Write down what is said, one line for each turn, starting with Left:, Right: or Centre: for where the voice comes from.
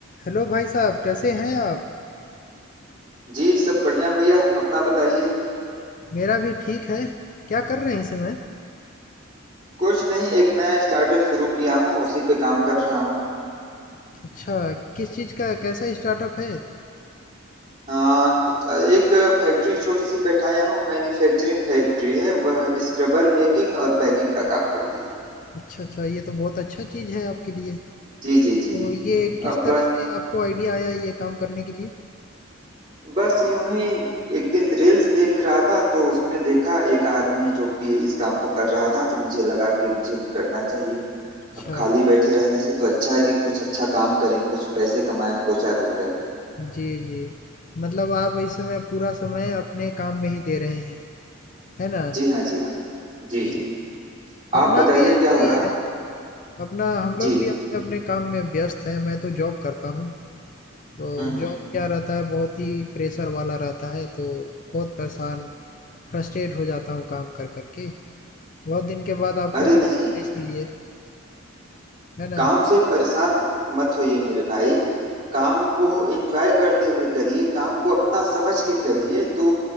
Left: Hello भाई साहब कैसे हैं आप
Right: जी सब बढ़िया भैया अपना बताइए
Left: मेरा भी ठीक है क्या कर रहे हैं इस समय
Right: कुछ नहीं एक नया स्टार्टअप शुरू किया हूँ उसी पे काम कर रहा हूँ
Left: अच्छा किस चीज़ का कैसा स्टार्टअप है
Right: हाँ एक फैक्ट्री छोटी सी बैठाया हूँ मैन्युफैक्चरिंग फैक्ट्री है वह स्क्रबर मेकिंग और पैकिंग का काम करती है
Left: अच्छा अच्छा ये तो बहुत अच्छा चीज़ है आपके लिए
Right: जी
Left: तो
Right: जी जी
Left: ये किस
Right: अब
Left: तरह से आपको आइडिया आया ये काम करने के लिए
Right: बस यूं ही एक दिन रील्स देख रहा था तो उसमें देखा एक आदमी जो कि इस काम को कर रहा था तो मुझे लगा कि मुझे भी करना चाहिए
Left: अच्छा
Right: अब खाली बैठे रहने से तो अच्छा है कि कुछ अच्छा काम करें कुछ पैसे कमाएं दो चार रुपए
Left: जी जी मतलब आप इस समय पूरा समय अपने काम में ही दे रहे हैं है ना
Right: जी हाँ जी हाँ जी
Left: अच्छा
Right: जी
Left: अपना
Right: आप बताइए
Left: भी ऐसा
Right: क्या हो
Left: ही
Right: रहा
Left: है
Right: है?
Left: अपना हम लोग
Right: जी
Left: भी अपने अपने काम में व्यस्त हैं मैं तो जॉब करता हूँ तो
Right: हम्म हम्म
Left: जॉब क्या रहता है बहुत ही प्रेशर वाला रहता है तो बहुत परेशान फ्रस्ट्रेट हो जाता हूँ काम कर कर के बहुत दिन के बाद आपको
Right: अरे
Left: भी
Right: नहीं
Left: मिला इसीलिए है ना
Right: काम से परेशान मत होइए मेरे भाई काम को एंजॉय करते हुए करिए काम को अपना समझ के करिए तो